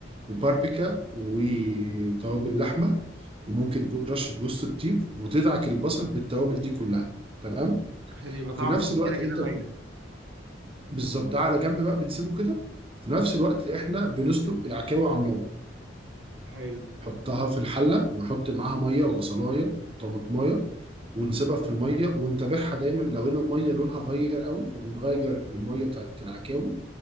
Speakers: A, on the right (about 30°); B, on the right (about 85°).
A: وباربيكا وتوابل لحمه وممكن رشه جوز الطيب وتدعك البصل بالتوابل دي كلها تمام
B: عشان يبقى
A: في
B: طعمه
A: نفس
B: وتتبيله
A: الوقت
B: كده
A: انت
B: باينه
A: بالظبط ده على جنب بقى بنسيبه كده في نفس الوقت احنا بنسلق العكاوي على النار
B: حلو
A: نحطها في الحله ونحط معاها ميه وبصلايه وطماطمايه ونسيبها في الميه ونتابعها دايما لو لقينا الميه لونها غير قوي فبنغير الميه بتاعت العكاوي